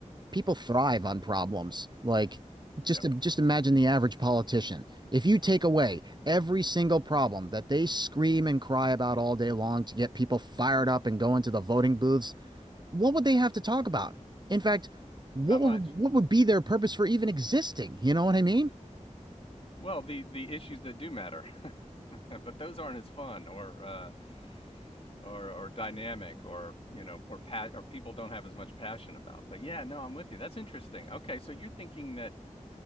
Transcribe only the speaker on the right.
people thrive on problems. Like, just
just imagine the average politician. If you take away every single problem that they scream and cry about all day long to get people fired up and go into the voting booths what would they have to talk about? In fact, what
would
what would be their purpose for even existing? You know what I mean?